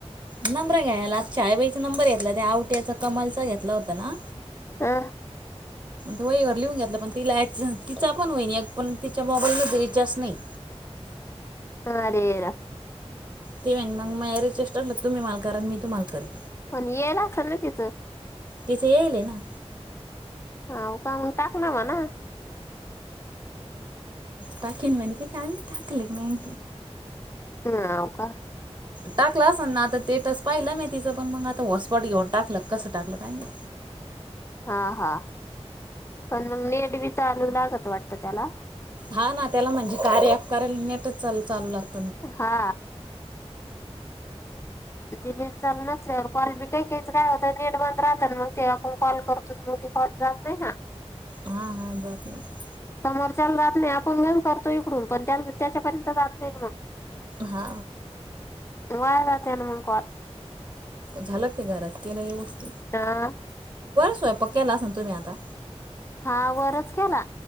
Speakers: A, on the right; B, on the left.
A: नंबर घ्यायला आ चायबाईचा नंबर घेतला त्या आवट्याचा कमालचा घेतला होता ना?
B: हा
A: वही वर लिहून घेतलं पण तिला तिचा पण होईन एक पण तिच्या मोबाईल रिचार्जच्याच नाही.
B: <unintelligible>
A: ते मग मग या रिचार्ज टाकलं तुम्ही मला कारा आणि मी तू माल करे
B: पण यायल असेल ना त्याच
A: तिथे येईले ना
B: हा उ का टाकणार मणा
A: टाकिन म्हणनती काय माहिती टाकल का नाही
B: हा हो का
A: टाकला असेल ना आता स्टेटस पाहिलं मी तिचं पण मग आता वॉसपट घेऊन टाकलं कसं टाकलं काय मी
B: हा हा पण मग नीट बी चालू लागत वाटत त्याला
A: हा ना त्याला म्हणजे कार्य अफकारयला नेटच चाल चालू लागत
B: हा ते नेट चालू नसल्यावर कॉल बी काही काहीच काय होत नेट बंद राहत मग ते आपण कॉल करतो मग कॉल जात नाही ना
A: हा हा जात नाही की
B: समोरच्याला जात नाही आपण घेल करतो इकडून पण त्या त्याच्यापर्यंत जात नाही ना.
A: हा
B: वाया जाते ना कॉल
A: झालं ते घरात केलं व वस्त
B: हा.
A: स्वयंपाक केला असेल तुम्ही आता?
B: हा वरच केला